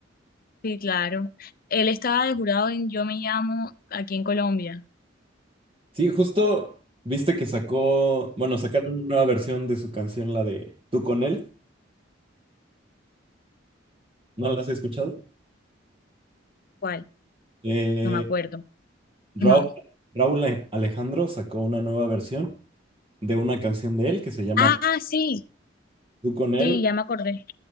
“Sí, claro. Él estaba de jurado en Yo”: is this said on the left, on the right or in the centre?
Left